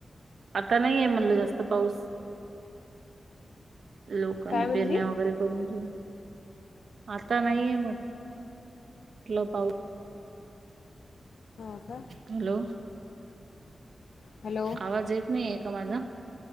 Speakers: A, on the right; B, on the left.
A: आता नाहीये म्हणलं जास्त पाऊस. लोकांनी
B: काय म्हणली
A: पेरण्या वगैरे करून ठेव आता नाहीये म्ह, म्हटलं पाऊस.
B: हो का?
A: हॅलो.
B: हॅलो
A: आवाज येत नाहीये का माझा,